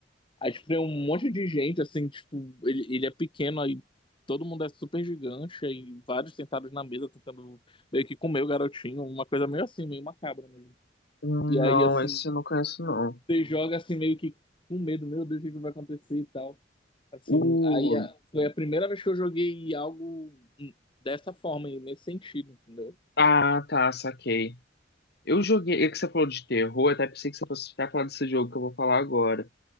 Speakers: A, on the left (about 25°); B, on the left (about 60°).
A: aí tipo, tem um monte de gente, assim, tipo, ele, ele é pequeno, aí todo mundo é super gigante, aí vários sentados na mesa tentando meio que comer o garotinho, uma coisa meio assim, meio macabra mesmo.
B: Hum,
A: E aí,
B: Não,
A: assim,
B: esse eu não conheço, não.
A: você joga assim meio que com medo, meu Deus, o que que vai acontecer e tal. Assim,
B: O...
A: aí a- foi a primeira vez que eu joguei algo dessa forma, e nesse sentido, entendeu?
B: Ah, tá, saquei. Eu joguei, é que você falou de terror, eu até pensei que você fosse até falar desse jogo que eu vou falar agora,